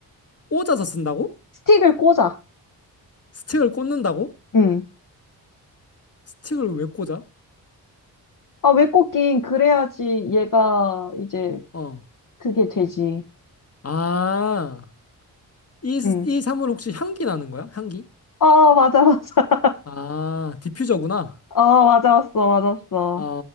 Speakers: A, on the left (about 35°); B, on the left (about 50°).
A: 꽂아서 쓴다고?
B: 스틱을 꽂아.
A: 스틱을 꽂는다고?
B: 응.
A: 스틱을 왜 꽂아?
B: 아, 왜 꽂긴? 그래야지 얘가 이제
A: 어.
B: 그게 되지.
A: 아, 이, 스-
B: 응.
A: 이 사물 혹시 향기 나는 거야? 향기?
B: 어, 맞아, 맞아. <laughs>
A: 아, 디퓨저구나.
B: 어, 맞았어, 맞았어.
A: 아,